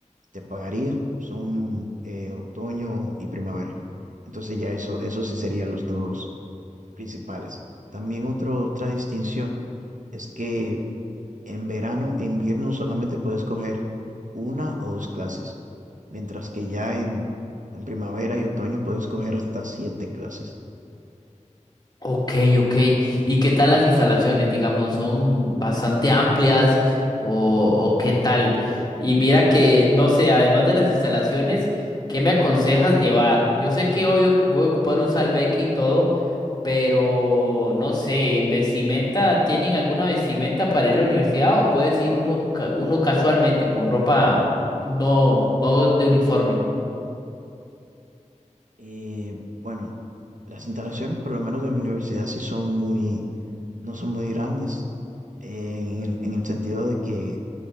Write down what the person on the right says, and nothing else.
te pagaría, son eh, otoño y primavera. Entonces ya eso, eso sí serían los dos principales. También otra otra distinción es que en verano e invierno solamente puedes coger una o dos clases, mientras que ya en, en primavera y otoño puedes coger hasta siete clases.
Y bueno, las instalaciones, por lo menos de mi universidad, sí son muy, no son muy grandes, eh, en el- en el sentido de que